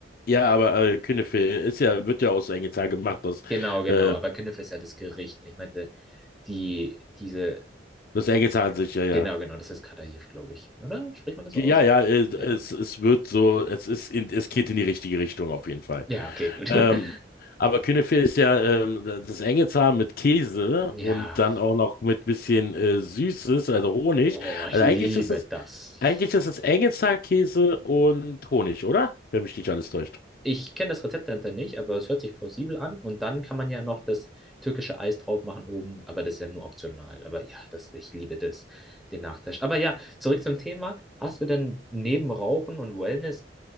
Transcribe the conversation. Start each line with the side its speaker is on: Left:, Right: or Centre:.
Left: Ja, aber äh, Künefe ist ja, wird ja aus Engelzahn gemacht, aus,
Centre: Genau, genau.
Left: äh,
Centre: Aber Künefe ist ja das Gericht. Ich meinte, die, diese
Left: das Engelzahn sich, ja, ja.
Centre: Genau, genau, das ist Kadaev, glaube ich. Oder? Spricht man das so
Left: Ja,
Centre: aus?
Left: ja, äh, es,
Centre: Ja.
Left: es wird so, es ist in, es geht in die richtige Richtung auf jeden Fall.
Centre: Ja, okay, gut.
Left: Ähm,
Centre: <laughs>
Left: aber Küneffe ist ja ähm, das Engelshaar mit Käse
Centre: Ja.
Left: und dann auch noch mit bisschen äh, Süßes, also Honig.
Centre: Oh, ich
Left: Also
Centre: liebe
Left: eigentlich ist es,
Centre: das.
Left: eigentlich ist es Engelshaar, Käse und Honig, oder? Wenn mich nicht alles täuscht.
Centre: Ich kenne das Rezept dahinter nicht, aber es hört sich plausibel an. Und dann kann man ja noch das türkische Eis drauf machen oben, aber das ist ja nur optional. Aber ja, das, ich liebe das, den Nachtisch. Aber ja, zurück zum Thema. Hast du denn neben Rauchen und Wellness